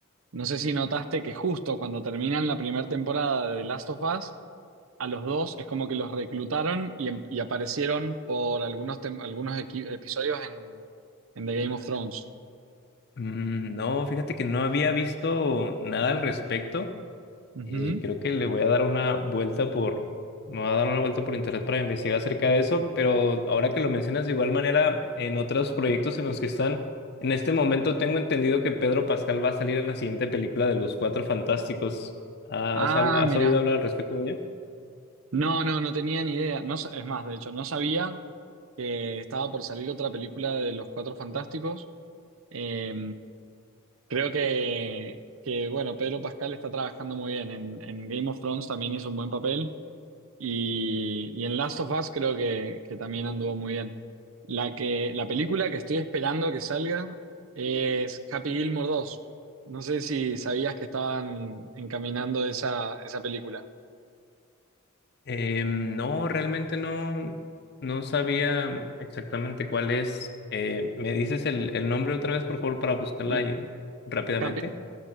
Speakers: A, on the right; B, on the left.
A: No sé si notaste que justo cuando terminan la primera temporada de The Last of Us, a los dos es como que los reclutaron y, em- y aparecieron por algunos, tem- algunos equi- episodios en, en The Game of Thrones.
B: Mm, No, fíjate que no había visto nada al respecto.
A: Ujú.
B: Eh, creo que le voy a dar una vuelta por, me voy a dar una vuelta por internet para investigar acerca de eso, pero ahora que lo mencionas de igual manera, en otros proyectos en los que están, en este momento tengo entendido que Pedro Pascal va a salir en la siguiente película de Los Cuatro Fantásticos. ¿Has,
A: Ah,
B: hab- has
A: mira.
B: oído hablar al respecto de ella?
A: No, no, no tenía ni idea. No, sa- es más, de hecho, no sabía que estaba por salir otra película de Los Cuatro Fantásticos. Eh, creo que, que, bueno, Pedro Pascal está trabajando muy bien. En, en Game of Thrones también hizo un buen papel. Y, y en Last of Us creo que, que también anduvo muy bien. La que, la película que estoy esperando que salga es Happy Gilmore dos No sé si sabías que estaban encaminando esa, esa película.
B: Eh, no, realmente no, no sabía exactamente cuál es. Eh, ¿me dices el, el nombre otra vez, por favor, para buscarla
A: La-
B: ahí rápidamente?
A: Happy-